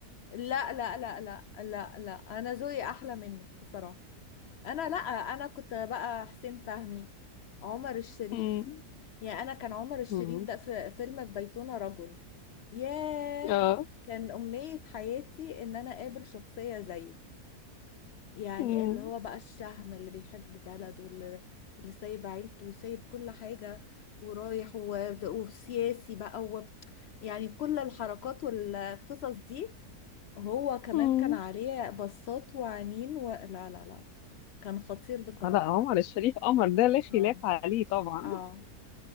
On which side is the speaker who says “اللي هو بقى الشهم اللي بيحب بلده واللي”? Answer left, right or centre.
Left